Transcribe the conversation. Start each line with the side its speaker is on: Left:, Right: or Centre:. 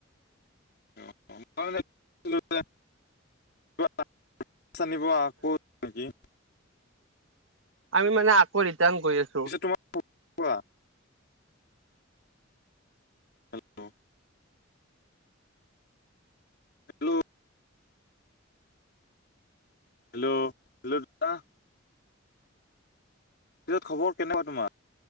Left: <unintelligible> আকৌ <unintelligible>
Right: আমি মানে আকৌ ৰিটাৰ্ণ গৈ আছোঁ।
Left: পিছত তোমা <unintelligible> কোৱা হেল্ল', হেল্ল', হেল্ল' হেল্ল' দা <unintelligible> পিছত খবৰ কেনেকুৱা তোমাৰ।